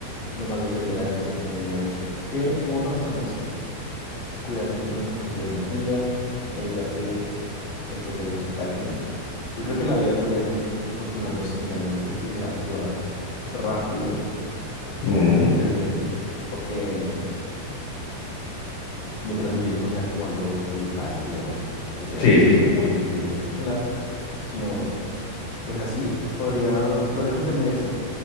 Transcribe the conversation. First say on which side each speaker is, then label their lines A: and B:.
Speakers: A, on the left (about 55°); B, on the left (about 70°).
A: Lo malo sería la energía. Tendríamos que, como personas, cuidar mucho nuestras fuentes de energía, evitar que estos seres nos ataquen. Yo creo que la vida podría seguir co- continuando similarmente si se actúa rápido
B: Mm,
A: y se previene, porque mientras el virus no sea como algo gripal, digamos, que sea
B: sí, sí,
A: muy difícil de controlar, sino pues así podría, podría contenerse